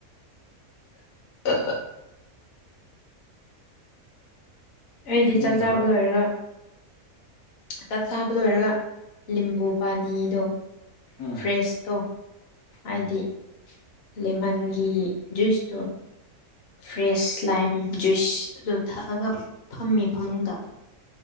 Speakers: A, on the left; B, on the left.
A: ꯑ ꯑꯩꯗꯤ
B: ꯁꯨꯅꯤꯡꯗꯕ
A: ꯆꯥꯛ ꯆꯥꯕ ꯂꯣꯏꯔꯒ ꯆꯥꯛ ꯆꯥꯕ ꯂꯣꯏꯔꯒ ꯂꯤꯝꯕꯨ ꯄꯥꯅꯤꯗꯣ
B: ꯎꯝ
A: ꯐ꯭ꯔꯦꯁꯇꯣ ꯍꯥꯏꯗꯤ
B: ꯎꯝ
A: ꯂꯦꯃꯟꯒꯤ ꯖꯨꯏꯁꯇꯣ ꯐ꯭ꯔꯦꯁ ꯂꯥꯏꯝ ꯖꯨꯏꯁ ꯑꯗꯨ ꯊꯛꯑꯒ ꯐꯝꯃꯤ ꯐꯃꯨꯡꯗ